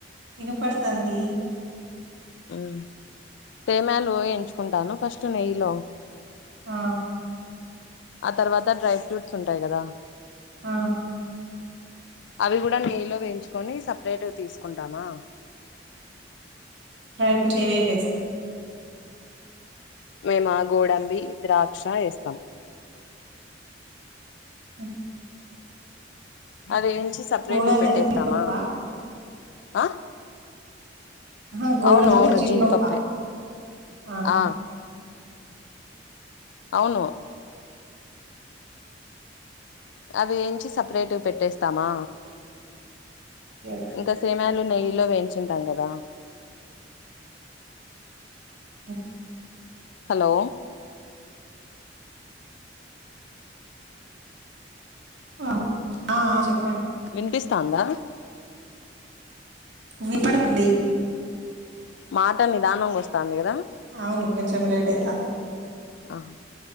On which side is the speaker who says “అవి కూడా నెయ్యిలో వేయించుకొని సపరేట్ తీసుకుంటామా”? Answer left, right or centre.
Left